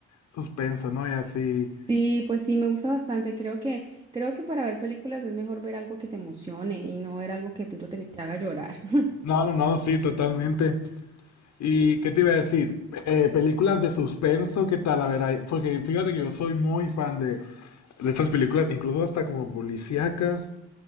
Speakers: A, on the left (about 65°); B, on the right (about 15°).
A: suspenso, ¿no? Y así.
B: Sí, pues sí, me gusta bastante. Creo que, creo que para ver películas es mejor ver algo que te emocione y no ver algo que de pronto te, te haga llorar. <laughs>
A: No, no, no, sí, totalmente. ¿Y qué te iba a decir? Eh, películas de suspenso, ¿qué tal? A ver, ahí, porque fíjate que yo soy muy fan de, de estas películas, incluso hasta como policíacas,